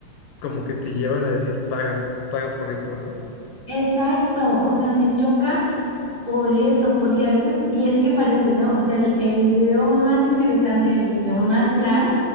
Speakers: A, on the left (about 80°); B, on the right (about 60°).
A: como que te llevan a decir, paga, paga por esto, ¿no?
B: Exacto, o sea, me choca Por eso, porque a veces, y es que parece, ¿no? O sea, el, el video más interesante, el video más viral,